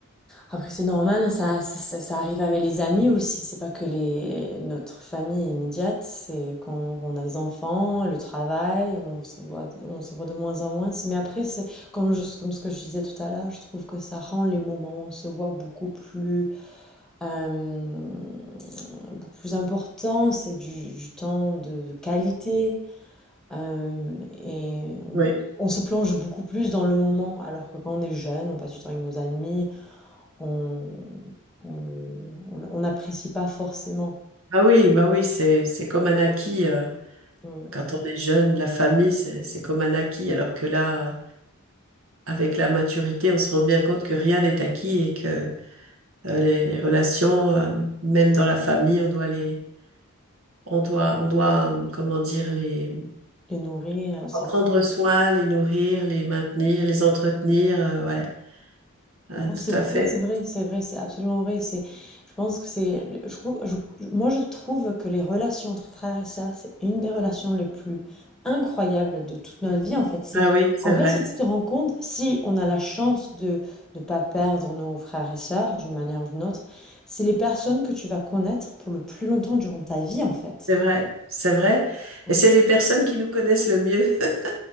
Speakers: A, in the centre; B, on the right.
A: après c'est normal. Ça, ça, ça- ça arrive avec les amis aussi. C'est pas que les notre famille immédiate. C'est quand on a les enfants, le travail, on se voit, on se voit de moins en moins. Mais après, c'est comme je- comme ce que je disais tout à l'heure, je trouve que ça rend les moments où on se voit beaucoup plus euh, beaucoup plus importants. C'est du, du temps de, de qualité. Euh, et on,
B: oui.
A: on se plonge beaucoup plus dans le moment, alors que quand on est jeune, on passe du temps avec nos amis, on, on, le- on le- on n'apprécie pas forcément.
B: Ah oui, bah oui, c'est c'est comme un acquis. euh,
A: Oui.
B: quand on est jeune, la famille, c'est c'est comme un acquis. Alors que là, euh, avec la maturité, on se rend bien compte que rien n'est acquis et que Euh, les, les relations, euh, même dans la famille, on doit les, on doit, on doit, euh, comment dire, les,
A: Les nourrir,
B: en prendre soin, les nourrir, les maintenir, les entretenir. euh, ouais, Euh,
A: Non,
B: tout
A: C'est
B: à fait.
A: c'est vrai, c'est vrai, c'est absolument vrai. C'est, je pense que c'est, je trouve, je- moi je trouve que les relations entre frères et sœurs, c'est une des relations les plus incroyables de toute notre vie en fait. C'est,
B: Ah oui, c'est
A: en
B: vrai,
A: fait, si tu te rends compte, si on a la chance de ne pas perdre nos frères et sœurs d'une manière ou d'une autre, c'est les personnes que tu vas connaître pour le plus longtemps durant ta vie en fait.
B: c'est vrai, c'est vrai.
A: Ouais.
B: Et c'est les personnes qui nous connaissent le mieux. <laughs>